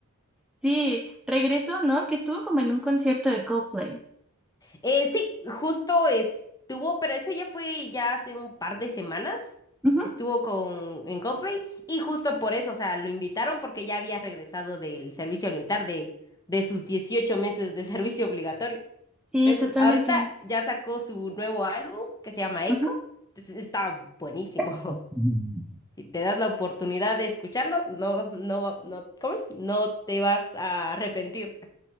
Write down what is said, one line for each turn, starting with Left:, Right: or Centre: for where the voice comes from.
Centre: Sí, regresó, ¿no? Que estuvo como en un concierto de Coldplay.
Left: Eh, sí, justo estuvo, pero eso ya fue ya hace un par de semanas
Centre: Ujú,
Left: que estuvo con en Coldplay y justo por eso, o sea, lo invitaron porque ya había regresado del servicio militar de, de sus 18 meses de <laughs> servicio obligatorio.
Centre: Sí,
Left: Entonces,
Centre: totalmente.
Left: ahorita ya sacó su nuevo álbum que se llama Echo.
Centre: Ujú.
Left: Entonces, está buenísimo.
Centre: <laughs>
Left: <laughs> Si te das la oportunidad de escucharlo, no, no, no, ¿cómo es? No te vas a arrepentir.